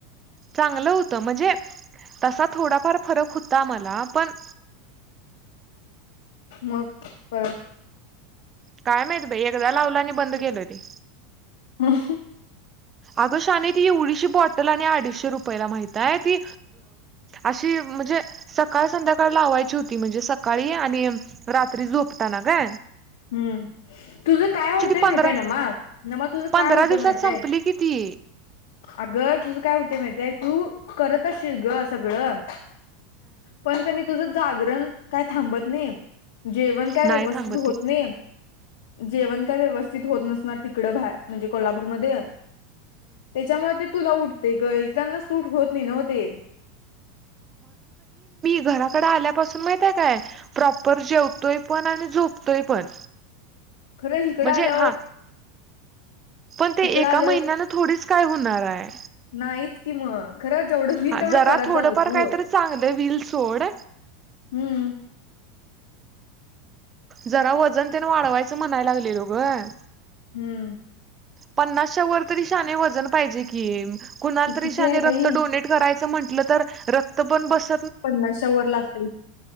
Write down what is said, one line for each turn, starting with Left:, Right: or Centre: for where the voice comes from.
Right: चांगलं होत. म्हणजे तसा थोडाफार फरक हूता मला. पण <inaudible>
Left: मगं परत?
Right: काय माहित बाई, एकदा लावलानी बंद केलं ते.
Left: ऊ हूं.
Right: अगं शाने ती येवडीशी बॉटल आणि अडीशे रुपयला माहिताय, ती अशी म्हंजे सकाळ संध्याकाळ लावायची होती. म्हणजे सकाळी आणि रात्री झोपताना ग.
Left: हम्म, तुझं काय होतंय
Right: पंधरा
Left: माहितय नमा, नमा तुझं
Right: पंधरा
Left: काय होतयं
Right: दिवसात
Left: माहितेय?
Right: संपली कि ती
Left: अगं तुझ काय हूतयं माहितेय तू करत असशील गं सगळं पण क नाय तुझं जागरण काय थांबत नई. जेवण
Right: नाही
Left: काय व्यवस्थित
Right: थांबत
Left: होत नाही, जे जेवण काय व्यवस्थित होत, नसणार तिकडं बाहे म्हणजे कोल्हापूरमध्ये. त्याच्यामुळे ते तुला उठते ग, एकेकांना सूट होत, नाही नव्ह ते.
Right: घराकडं आल्यापासून माहिंतेय काय, प्रॉपर जेवतोय पण आणि झोपतोय पण.
Left: खरं इकडं
Right: म्हणजे
Left: आल्यावर
Right: हा, पण ते
Left: इकडं
Right: एका
Left: आल्यावर
Right: महिन्यानं थोडीचं काय हुणार हाय.
Left: नाहीच कि मग. खरं जेवढं होईल
Right: हा
Left: तेवढं
Right: जरा
Left: करत
Right: थोडंफार
Left: जागं तू
Right: काहीतरी चांगलं व्हील सोड
Left: हम्म.
Right: जरा वजन त्यान वाढवायचं म्हणायला लागलेलो गं.
Left: हम्म.
Right: पन्नासच्या वर तरी शने वजन पाहिजे कि, कुणाला
Left: तुझ
Right: तरी
Left: किती
Right: शने
Left: आहे
Right: रक्त
Left: बाई
Right: डोनेट करायच. म्हट तर रक्त पण बस
Left: पन्नाश वर लागते